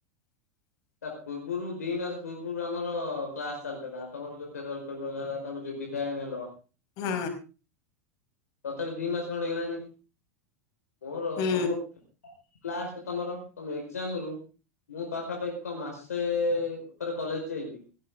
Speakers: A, on the left (about 50°); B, on the left (about 80°).
A: <inaudible>
B: ତା ପୂର୍ବରୁ ଦିମାସେ ପୂର୍ବରୁ ଆମର କ୍ଲାସ୍ ଚାଲିଥିଲା ତମର ଯୋଉ ଫେରୱଲ ଫେରୱଲ ଥିଲା ତମେ ଯଉ ବିଦାୟ ନେଲ
A: ହୁଁ।
B: ତଥାପି ଦିମାସ ଖଣ୍ଡେ ହେଇଗଲାଣି ମୋର
A: ହୁଁ
B: ତମ ଲାଷ୍ଟେ ତମର ତମ ଏକ୍ଜାମ୍ ରୁ ମୁଁ ପାଖାପାଖିତ ମାସେ ଉପରେ କଲେଜ୍ ଯାଇଚି।